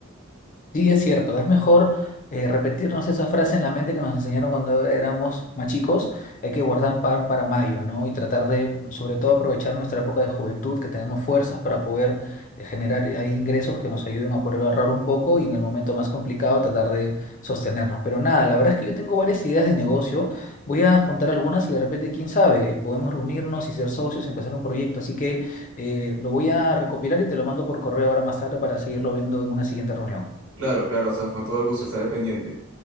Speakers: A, on the left; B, on the right.
A: Sí, es cierto, es mejor eh, repetirnos esa frase en la mente que nos enseñaron cuando éramos más chicos, hay que guardar pan para mayo, ¿no? Y tratar de, sobre todo, aprovechar nuestra época de juventud, que tenemos fuerzas para poder eh, generar ahí ingresos que nos ayuden a poder ahorrar un poco y en el momento más complicado tratar de sostenernos. Pero nada, la verdad es que yo tengo varias ideas de negocio, voy a juntar algunas y de repente, quién sabe, eh, podemos reunirnos y ser socios, empezar un proyecto, así que eh, lo voy a recopilar y te lo mando por correo ahora más tarde para seguirlo viendo en una siguiente reunión.
B: Claro, claro, o sea, fue todo el gusto, estaré pendiente.